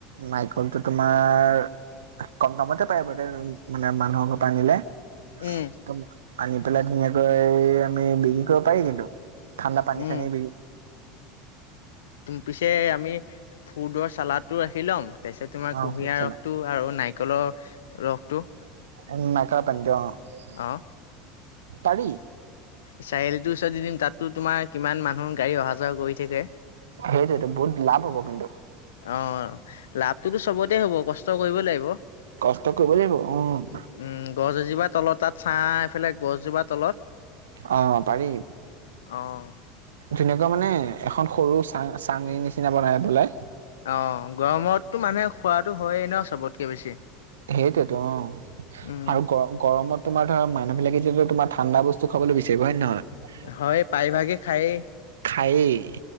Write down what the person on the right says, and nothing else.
নাইকলটো তোমাৰ কম দামতে পায় বাৰু মানে মানুহৰ ঘৰ পৰা আনিলে।
তুমি আনি পেলাই ধুনীয়াকৈ আমি বিক্ৰী কৰিব পাৰি, কিন্তু ঠাণ্ডা পানী
চানী বি
অ
বুজিছানা
উম নাৰিকলৰ পানিটো অ'।
পাৰি।
সেইতোটো বহুত লাভ হ'ব কিন্ত।
কষ্ট কৰিব লাগিব অ'।
অ' পাৰি।
ধুনিয়াকৈ মানে এখন সৰু চাং চাঙিৰ নিচিনা বনাই পেলাই।
সেইটোৱেতো অ'
আৰু গ গৰমত তোমাৰ ধৰা মানুহ বিলাক যদি তোমাৰ ঠাণ্ড ব্স্তু খাবলে বিচাৰিব, হয় নে নহয়।
খায়েই,